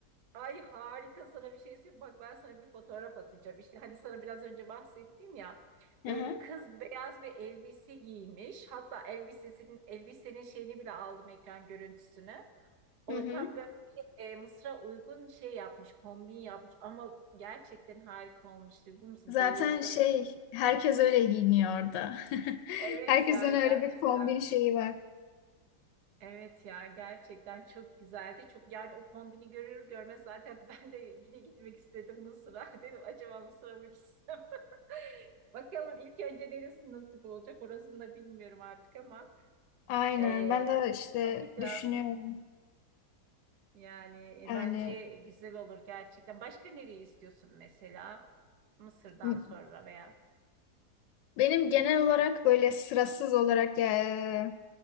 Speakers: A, on the right; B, on the left.
A: Ay harika sana bir şey söyleyeyim. Bak ben sana bir fotoğraf atacağım. İşte hani sana biraz önce bahsettim ya.
B: Hı
A: Böyle
B: hı.
A: bir kız beyaz bir elbise giymiş. Hatta elbisesinin elbisenin şeyini bile aldım ekran görüntüsünü. O
B: Hı hı.
A: tam böyle e, Mısır'a uygun şey yapmış, kombin yapmış ama gerçekten harika olmuştu. Biliyor musun?
B: Zaten
A: Bayıldım.
B: şey herkes öyle giyiniyor orada. <laughs>
A: Evet
B: Herkesin
A: ya
B: öyle
A: gerçekten.
B: bir kombin şeyi var.
A: Evet ya gerçekten çok güzeldi. Çok yani o kombini görür görmez zaten <laughs> ben de yine gitmek istedim Mısır'a. <laughs> Dedim acaba Mısır'a mı gitsem? Bakalım ilk önce neresi nasip olacak orasını da bilmiyorum artık ama
B: Aynen.
A: eee,
B: Ben de işte
A: bakacağız.
B: düşünüyorum.
A: Yani e,
B: Yani
A: bence güzel olur gerçekten. Başka nereyi istiyorsun mesela? Mısır'dan
B: m-
A: sonra veya.
B: benim genel olarak böyle sırasız olarak ya,